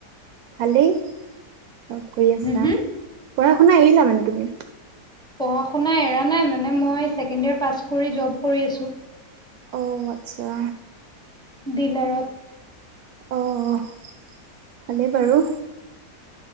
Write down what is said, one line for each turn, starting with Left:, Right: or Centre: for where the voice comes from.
Right: ভালেই জব কৰি আছা?
Centre: হুম হুম?
Right: পঢ়া শুনা এৰিলা মানে তুমি?
Centre: পঢ়া শুনা এৰা নাই মানে মই ছেকেণ্ড ইয়েৰ পাছ কৰি জব কৰি আছোঁ।
Right: অ' আচ্ছা।
Centre: ডিলাৰত।
Right: অ', ভালেই বাৰু।